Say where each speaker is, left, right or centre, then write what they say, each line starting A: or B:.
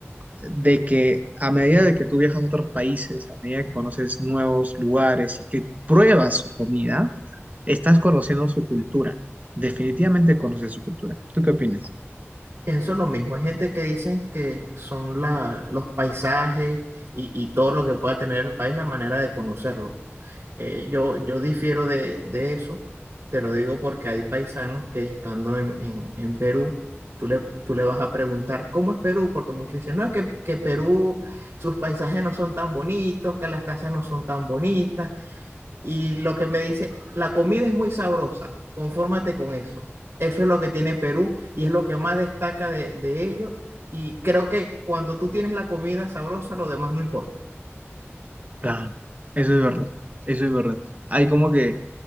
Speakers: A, on the right; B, on the right.
A: de que a medida de que tú viajas a otros países, a medida que conoces nuevos lugares y que pruebas su comida, estás conociendo su cultura, definitivamente conoces su cultura. ¿Tú qué opinas?
B: Pienso lo mismo, hay gente que dicen que son la, los paisajes y, y todo lo que pueda tener el país la manera de conocerlo. Eh, yo, yo difiero de, de eso, te lo digo porque hay paisanos que estando en, en- en Perú, tú le, tú le vas a preguntar, ¿cómo es Perú? Porque muchos dicen, no, que, que Perú, sus paisajes no son tan bonitos, que las casas no son tan bonitas, y lo que me dice, la comida es muy sabrosa, confórmate con eso. Eso es lo que tiene Perú y es lo que más destaca de, de ello. Y creo que cuando tú tienes la comida sabrosa, lo demás no importa.
A: Claro, eso es verdad, eso es verdad. Hay como que,